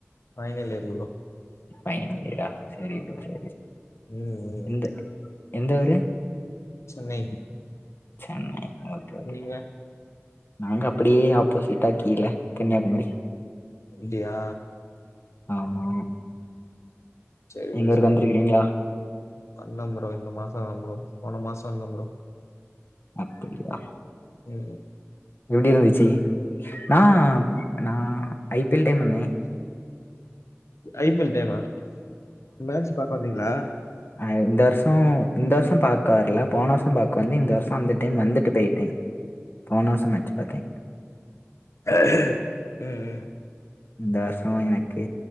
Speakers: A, on the left; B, on the left.
A: ஃபைனல் இயர் ப்ரோ
B: ஃபைனல் இயரா செரிப்பா செரி செ
A: ம் ம்
B: எந்த எந்த ஒரு
A: சென்னை
B: சென்னை ஓகே ஓகே
A: நீங்க
B: நாங்க அப்டியே ஆப்போசிட்டா கீழ கன்யாகுமரி
A: அப்டியா
B: ஆமா
A: செரி
B: எங்க
A: ப்ரோ
B: ஊருக்கு
A: செரி
B: வந்திருக்குறீங்ளா
A: ப்ரோ வந்தே ப்ரோ இந்த மாசோ அ ப்ரோ போன மாசோ வந்தே ப்ரோ
B: அப்புடியா
A: ஆ
B: எப்டி ப்ரோ இருந்துச்சு ஆ நா ஐ பி எல் டைம் வந்தே
A: ஐ பி எல் டைமா மேட்ச் பாக்க வந்தீங்களா
B: ஆ இந்த வர்ஷோ இந்த வர்ஷோ பாக்க வர்ல போன வர்ஷோ பாக்க வந்தே இந்த வர்ஷோ அந்த டைம் வந்துட்டு போய்ட்டே போன வர்ஷோ மேச்சு பாத்தே
A: ம் ம்
B: இந்த வர்ஷோ எனக்கு